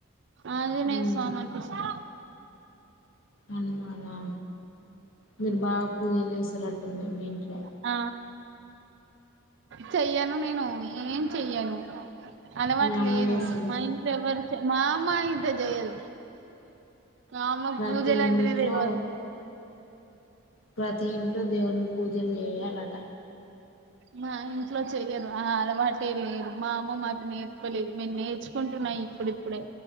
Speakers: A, on the right; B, on the left.
A: అద న
B: ఉమ్
A: సోమానుపిస్తు
B: హనుమానా మీరు బాగా పూజలు చేసారట్టుంది మీ ఇంట్లో
A: ఆ చెయ్యాను నేను ఏం చెయ్యాను అలవాటు
B: మీ అమ్మ
A: లేదు
B: చేస్తదేమో
A: మా ఇంట్లో ఎవరు మా అమ్మ ఇతే జయద్ ఆమ్మ
B: ప్రతి
A: పూజలాంటినే
B: ఇంట్లో
A: తెవదు
B: ప్రతి ఇంట్లో దేవునికి పూజలు చేయాలట
A: మా ఇంట్లో చెయ్యరు ఆ అలవాటే లేదు మా అమ్మ మాకు నేర్చుకోలేదు మేము నేర్చుకుంట న్నాయి ఇప్పుడిప్పుడే